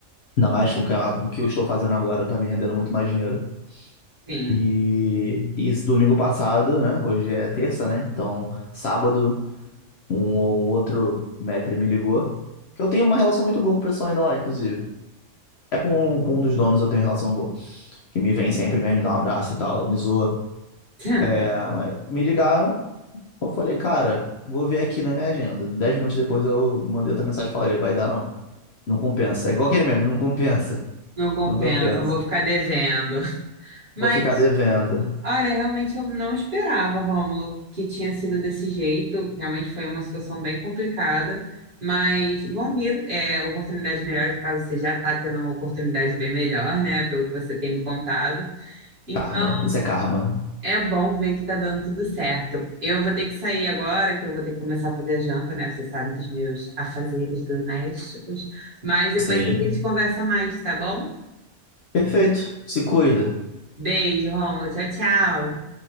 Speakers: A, on the left; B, on the right.
A: Ainda mais com o que com o que eu estou fazendo agora, tá me rendendo muito mais dinheiro.
B: Sim.
A: E, e esse domingo passado, né? Hoje é terça, né? Então, sábado, um, um outro maître me ligou. Que eu tenho uma relação muito boa com o pessoal ainda lá, inclusive. É com, com um dos donos eu tenho relação boa. Que me vem sempre, vem me dar um abraço e tal, me zoa.
B: <laughs>
A: É, mas me ligaram, eu falei, cara, vou ver aqui na minha agenda. Dez minutos depois eu mandei outra mensagem e falei, vai dar não. Não compensa. É igual aquele meme, não compensa.
B: Não compensa,
A: Não compensa.
B: vou ficar devendo. Mas
A: Vou ficar devendo.
B: Olha, realmente eu não esperava, Rômulo, que tinha sido desse jeito. Realmente foi uma situação bem complicada, mas vão vir é, oportunidades melhores. No caso, você já está tendo uma oportunidade bem melhor, né? Pelo que você tem me contado. Então,
A: Karma, isso é karma.
B: é bom ver que está dando tudo certo. Eu vou ter que sair agora, que eu vou ter que começar a fazer a janta, né? Você sabe dos meus afazeres domésticos. Mas depois
A: Sim.
B: a gente conversa mais, tá bom?
A: Perfeito, se cuida.
B: Beijo, Rômulo. Tchau, tchau.